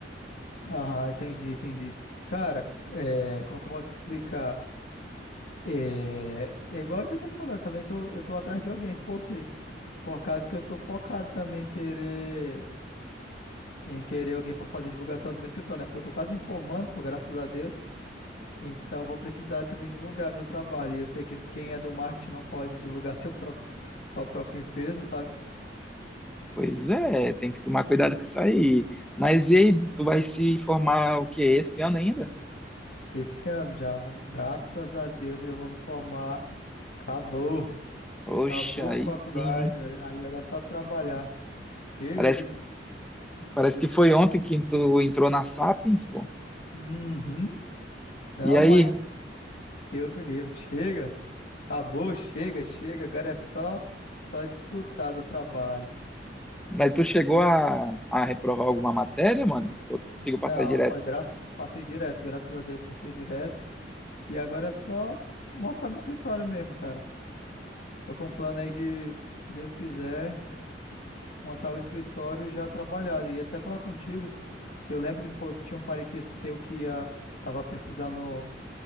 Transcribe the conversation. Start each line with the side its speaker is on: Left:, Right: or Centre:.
Left: Aham, entendi, entendi. Cara, é, como é que eu posso explicar? É, é igual que eu tô te falando, também tô, eu tô atrás de alguém. Por quê? Por causa que eu tô focado também em querer. em querer alguém para fazer divulgação do meu escritório, né? Porque eu tô quase me formando, pô, graças a Deus. Então eu vou precisar também divulgar meu trabalho. E eu sei que quem é do marketing não pode divulgar <laughs> seu próprio, sua própria empresa, sabe?
Centre: Pois é, tem que tomar cuidado com isso aí. Mas e aí, tu vai se formar o quê? Esse ano ainda?
Left: Esse ano já, vou- graças a Deus, eu já vou me formar. Acabou.
Centre: Poxa,
Left: Acabou
Centre: aí
Left: a faculdade.
Centre: sim, hein?
Left: olha, Aí agora é só trabalhar. Chega
Centre: Parece,
Left: de.
Centre: parece que foi ontem que tu entrou na Sapiens, pô.
Left: Uhum. Não,
Centre: E aí?
Left: mas Deus me livre. Chega. Acabou, chega, chega. Agora é só, só desfrutar do trabalho.
Centre: Mas tu chegou a, a reprovar alguma matéria, mano? Ou tu conseguiu
Left: Não,
Centre: passar direto?
Left: pa- graças, passei direto, graças a Deus passei direto. E agora é só montar meu escritório mesmo, cara. Tô com um plano aí de, Deus quiser, montar o escritório e já trabalhar. E até falar contigo, que eu lembro que tu falou que tinha um parentesco teu que ia, tava precisando